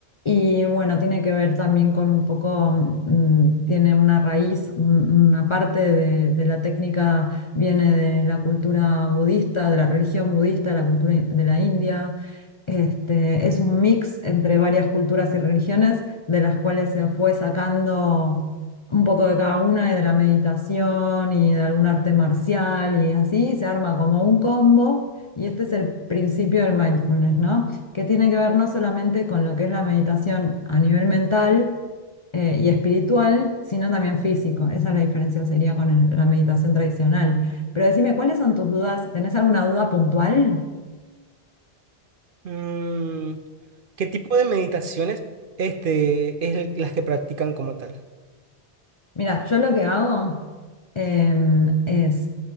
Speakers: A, on the left; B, on the right.
A: Y bueno, tiene que ver también con un poco, mm, tiene una raíz, un- una parte de de la técnica viene de la cultura budista, de la religión budista, de la cultura in- de la India. Este, es un mix entre varias culturas y religiones, de las cuales se fue sacando un poco de cada una y de la meditación y de algún arte marcial y así, se arma como un combo. Y este es el principio del mindfulness, ¿no? Que tiene que ver no solamente con lo que es la meditación a nivel mental, eh, y espiritual, sino también físico. Esa es la diferencia, sería con el- la meditación tradicional. Pero decime, ¿cuáles son tus dudas? ¿Tenés alguna duda puntual?
B: mm, qué tipo de meditaciones este, es el- las que practican como tal.
A: Mira, yo lo que hago em, es